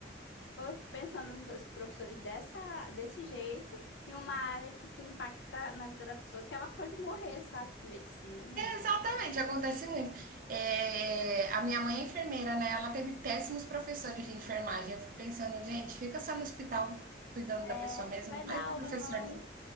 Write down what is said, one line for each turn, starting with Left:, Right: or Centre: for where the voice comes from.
Left: eu fico pensando nos professores dessa, desse jeito, em uma área que tu impacta na vida da pessoa, que ela pode morrer, sabe? Tipo, Medicina,
Right: Exatamente,
Left: tá?
Right: acontece muito. É, a minha mãe é enfermeira, né? Ela teve péssimos professores de enfermagem. Eu fico pensando, gente, fica só no hospital cuidando da
Left: É,
Right: pessoa mesmo,
Left: vai
Right: não
Left: dar
Right: vai ser
Left: aula,
Right: professor,
Left: não.
Right: não.